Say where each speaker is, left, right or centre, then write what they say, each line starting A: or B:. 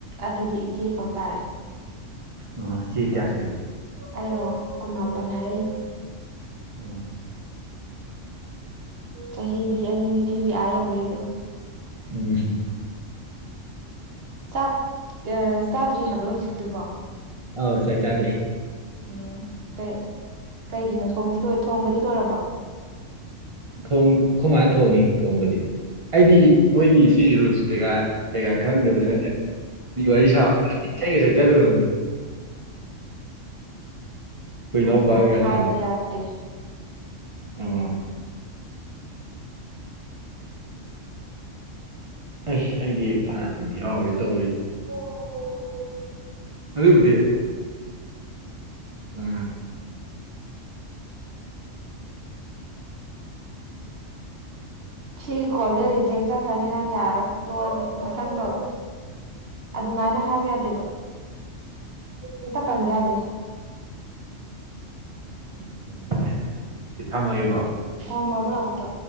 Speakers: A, on the right (about 55°); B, on the right (about 35°).
A: ꯑꯗꯨꯗꯤ ꯏꯆꯦ ꯀꯧꯇꯥꯔꯦ
B: ꯑꯣ ꯁꯤ ꯀꯌꯥꯁꯨ
A: ꯑꯩꯔꯣ ꯀꯨꯟ ꯃꯥꯄꯟ ꯍꯥꯏꯔꯛꯏꯅꯦ
B: ꯑ
A: ꯆꯍꯤꯗꯤ ꯑꯅꯤꯅꯤ ꯊꯤꯕꯤ ꯑꯥ ꯌꯧꯔꯦꯗꯣ
B: ꯎ
A: ꯆꯥꯛ ꯆꯥꯗ꯭ꯔꯤ ꯍꯥꯏꯕ꯭ꯔꯣ ꯍꯧꯖꯤꯛꯇꯨꯕꯣ
B: ꯑꯥꯎ ꯁꯣ ꯆꯥꯗ꯭ꯔꯤ
A: ꯎꯝ ꯀꯩ ꯀꯩꯒꯤꯅꯣꯗꯤ ꯂ ꯊꯣꯡꯕꯗꯤ ꯂꯣꯏꯔꯕ
B: ꯊ ꯑꯩꯈꯣꯏ ꯃꯥꯥꯟ ꯊꯣꯡꯉꯤ ꯊꯣꯡꯕꯗꯤ ꯑꯩꯗꯤ ꯃꯣꯏꯒꯤ ꯁꯤ ꯔꯨꯜꯁ ꯀꯩꯀꯥ ꯀꯩꯀꯥ ꯈꯪꯗꯗꯅ ꯉꯁꯥꯏ ꯃꯤ ꯋꯥꯔꯤ ꯁꯥꯕ ꯏꯁꯩꯒ ꯁ ꯆꯠꯂꯨꯔꯅꯤ ꯑꯩꯈꯣꯏ ꯏꯅꯥꯎꯄꯥꯒ
A: ꯑꯗꯨꯃꯥꯏꯅ ꯍꯥꯏꯕ
B: ꯁꯥꯕ
A: ꯌꯥꯗꯦ
B: ꯑꯣ ꯑꯩꯁ ꯑꯩꯗꯤ ꯐꯗꯤ ꯌꯥꯎꯔꯤ ꯇꯧꯔꯤ
A: ꯑ
B: ꯑꯗꯨꯕꯨꯗꯤꯦ ꯎꯝ
A: ꯁꯤ ꯀꯣꯜꯗꯦꯔ ꯆꯦꯛ ꯆꯠꯈ꯭ꯔꯅꯤ ꯅꯪ ꯌꯥꯔꯔꯣꯏ ꯇꯣꯛꯑꯁꯦ ꯃꯊꯪ ꯇꯧꯔꯣ ꯑꯗꯨꯃꯥꯏꯅ ꯍꯥꯏꯕ ꯌꯥꯗꯦꯕ ꯑꯝꯇ ꯄꯟꯕ ꯌꯥꯗꯦ
B: ꯎꯝ ꯍꯣꯏ ꯑꯗꯨꯗꯤ ꯁꯤ ꯊꯝꯃꯒꯦꯀꯣ
A: ꯍꯃꯗꯗ